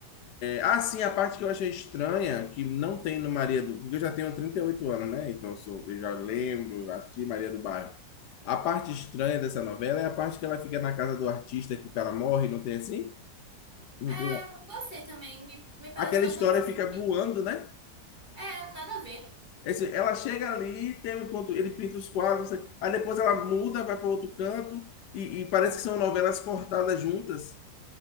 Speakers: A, on the left; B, on the right.
A: Ah, sim, a parte que eu achei estranha, que não tem no Maria do... Porque eu já tenho 38 anos, né? Então eu, sou, eu já lembro, assisti Maria do Bairro. A parte estranha dessa novela é a parte que ela fica na casa do artista, que o cara morre, não tem assim? Não
B: É,
A: tem...
B: não gostei também, me, me pareceu
A: Aquela história
B: tão esquisito.
A: fica voando, né?
B: É, nada a ver.
A: Esse- Ela chega ali, tem um encontro, ele pinta os quadros, não sei- aí depois ela muda, vai para outro canto, e, e parece que são novelas cortadas juntas.